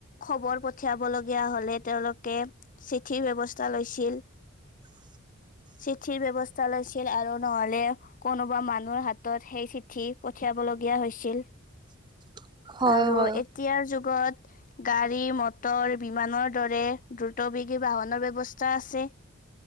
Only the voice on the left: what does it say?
খবৰ পঠিয়াব লগীয়া হলে তেওঁলোকে চিঠি ব্যৱস্থ- তা লৈছিল।
চিঠিৰ ব্যৱস্থা লৈছিল আৰু নহ'লে কোনোবা মানুহৰ হাতত সেই চিঠি পঠিয়াব লগীয়া হৈছিল।
আৰু
এতিয়াৰ যুগত গাড়ী মটৰ বিমানৰ দৰে দ্ৰুত বেগী বাহনৰ ব্যৱ- স্থা আছে